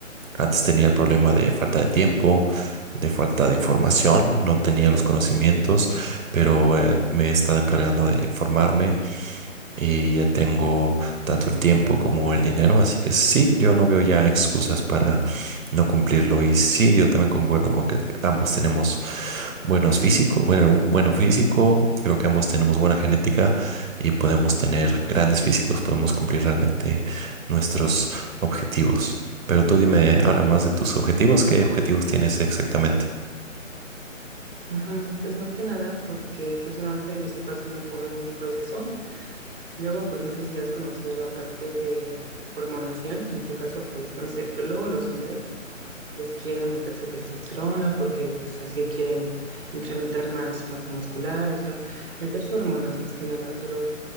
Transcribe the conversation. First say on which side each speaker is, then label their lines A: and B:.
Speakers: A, on the right; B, on the right.
A: antes tenía el problema de falta de tiempo, de falta de información, no tenía los conocimientos, pero eh, me he estado encargando de informarme, y ya tengo tanto el tiempo como el dinero, así que sí, yo no veo ya excusas para no cumplirlo. Y sí, yo también concuerdo con que ambos tenemos buenos físicos, bueno, un bueno físico, creo que ambos tenemos buena genética y podemos tener grandes físicos, podemos cumplir realmente nuestros objetivos. Pero tú dime, habla más de tus objetivos, ¿qué objetivos tienes exactamente?
B: ajá. Pues más que nada porque pues bueno, ahorita yo estoy pasando por un proceso. Luego, pues no sé si has conocido la parte de hormonación. En tu caso, pues no sé, pero luego los hombres pues quieren meterse testosterona porque pues así quieren incrementar más masa muscular, o sea, meterse hormonas más que nada, pero,